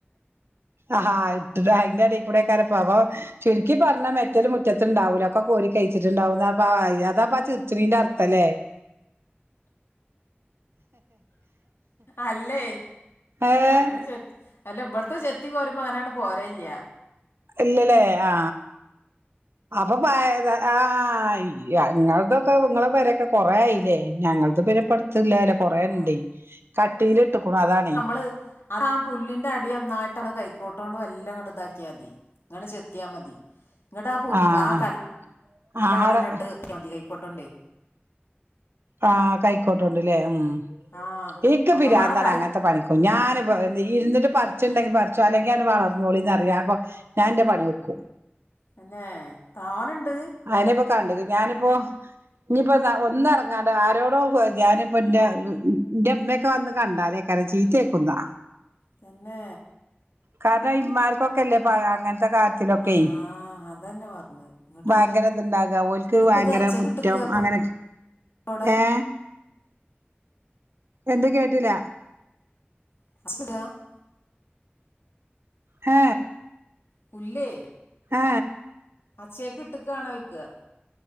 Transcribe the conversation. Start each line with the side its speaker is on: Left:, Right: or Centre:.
Right: ആഹാ ട്ട്ണ് അയ്ന്റെടെക്കൂടെയ് ക്കാരം പവം ചുര്ക്കി പറഞ്ഞാ മെറ്റല് മുറ്റത്ത്ണ്ടാവൂല ഒക്കെ കോരി കഴിച്ചിട്ട്ണ്ടാവുന്ന. പ്പ അതാപ്പ ചിർച്ച്ണേന്റർത്ഥലെ.
Left: അല്ലേ
Right: ഏഹ്
Left: അങ്ങനെ ചെത്ത് അല്ല ഇപ്ട്ത്തെ ചെത്തി കോരുമ്പോ അങ്ങനാണ്ട് പോരെേല്ല.
Right: ഇല്ലല്ലേ ആ ആ അപ്പൊ പയ ആഹ് ഇല്ല്യ ഇങ്ങൾതൊക്കെ ഇ ങ്ങളെ പെരൊക്കെ കൊറേ ആയില്ലേ ഞങ്ങൾത്ത്പ്പട്ത്തല്ലേലൊ. കൊറേ
Left: ആഹ്
Right: ഇണ്ടേ കട്ടീല് ഇട്ട്ക്കുണു അതാണേ.
Left: ഹ്. ആതാ പുല്ല്ന്റെ അടി ഒന്നായ്ട്ട്ള് കൈക്കോട്ടോണ്ട് വെല്ലങ്ങട്ട് ഇതാക്യാതി. ഇങ്ങട്ട് ചെത്ത്യാ മതി ഇങ്ങട്ട് ആ പൂ
Right: ആഹ്
Left: ആ കല്ല്
Right: ആഹ്
Left: ല്ലവ്ടെന്നെട്ട്
Right: ആഹ് ആടെ
Left: മതി കൈക്കോട്ടോണ്ടെ.
Right: ആഹ് കൈക്കോട്ടോണ്ട്ലെ മ്
Left: ആഹ്
Right: ഇൻക്ക്
Left: ഒക്കപാടെ
Right: പിരാന്താണ്
Left: കല്
Right: അങ്ങൻത്തെ പണികൊ ഞാന്പ്പം ഇര്ന്ന്ട്ട് പർച്ച്ണ്ടെങ്കി പർച്ചോ അല്ലെങ്ക്യാട് വളർന്നോളിന്ന റിം ഞാ കൊർ ഞാന്റെ പണിവെക്കും.
Left: തന്നെ തോനണ്ട്?
Right: ആരെപ്പോ കണ്ടത് ഞാനിപ്പോ ഇഞ്ഞിമ്പോ ഒന്നെറ അതാ ആരോടോ ഞാനിപ്പന്റെ ഇ ന്റെമ്മക്കെ വന്ന്ണ്ടാലേക്കാരം ചീത്തേക്കുന്നാ.
Left: തന്നേ.
Right: കാരണം ഇമ്മാർകൊക്കെല്ലെ അങ്ങൻത്തെ കാര്യം ര്യത്തിലൊക്കെ
Left: ആഹ് അതന്നെ പറഞ്ഞത് ഇങ്ങട്ട്
Right: ഭയങ്കര ഇത്ണ്ടാക ഓൽക്ക്
Left: ഇങ്ങട്ട് ഇപ്പ
Right: ഭയങ്കര
Left: ഇത് അച്ചേക്ക്
Right: മുറ്റം
Left: ഇട്ട്ക്കാ ഇപ്പൊ
Right: അങ്ങനെ
Left: അവിടെ
Right: ഏ എന്ത് കേട്ടില.
Left: <unintelligible>
Right: ഏ.
Left: പുല്ലേ.
Right: ആ.
Left: അച്ചെക്ക്ട്ടക്കാണോയ്ക്ക.